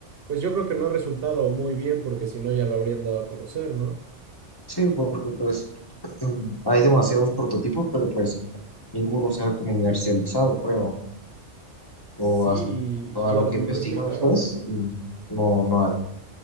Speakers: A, on the right (about 55°); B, on the left (about 20°).
A: pues yo creo que no ha resultado muy bien porque si no ya lo habrían dado a conocer, ¿no?
B: Sí, porque pues em, hay demasiados prototipos, pero pues ninguno se ha comercializado, creo. O
A: Sí,
B: hasta a
A: y, y
B: lo
A: a lo
B: que
A: mejor
B: he investigado,
A: es muy caro.
B: pues, mm, no, no hay.